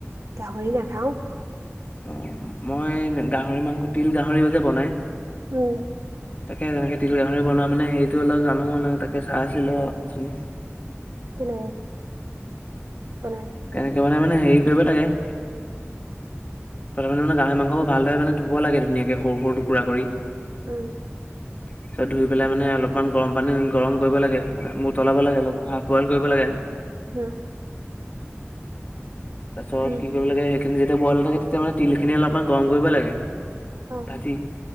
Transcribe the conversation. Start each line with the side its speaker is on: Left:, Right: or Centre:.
Right: গাহৰি নাখাওঁ।
Left: অ' মই গাহৰি মাংস তিল গাহৰিও যে বনাই
Right: হ'ম।
Left: তাকে তেনেকৈ তিল গাহৰি বনোৱা মানে হেৰিটো অলপ জানো মানে তাকে চাই আছিলোঁ অথনি।
Right: কেনেকে। বনাই।
Left: কেনেকে মানে, মানে হেৰি কৰিব লাগে। প্ৰথমে মানে গাহৰি মাংসবোৰ ভালদৰে মানে ধুব লাগে ধুনীয়াকে সৰু, সৰু টুকুৰা কৰি।
Right: উম।
Left: পিছত ধুই পেলাই মানে অলপমান গৰম পানী গৰম কৰিব লাগে, মানে উতলাব লাগে অলপ হাফ বইল কৰিব লাগে।
Right: হুম।
Left: তাৰপিছত
Right: উম
Left: কি কৰিব লাগে, সেইখিনি যেতিয়া বইল হৈ থাকে, তেতিয়া মানে তিলখিনি অলপমান গৰম কৰিব লাগে।
Right: অ
Left: ভাটি,